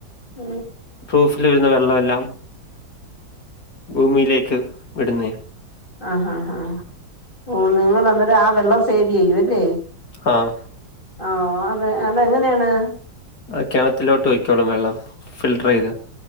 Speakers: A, on the left (about 25°); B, on the left (about 60°).
A: ഉം.
B: പ്രൂഫിൽ വരുന്ന വെള്ളമെല്ലാം- ഭൂമിയിലേക്ക് വിടുന്നയാ
A: ആ ഹാ ഹാ ഓ നിങ്ങ അന്നേരം ആ വെള്ളം സേവ് ചെയ്യൂവല്ലേ
B: ആഹ്
A: ആഹ് ഒ അത് അതെങ്ങനെയാണ്
B: അഹ് കിണത്തിലോട്ട് വയ്ക്കോളും വെള്ളം ഫിൽട്ടർ ചെയ്ത്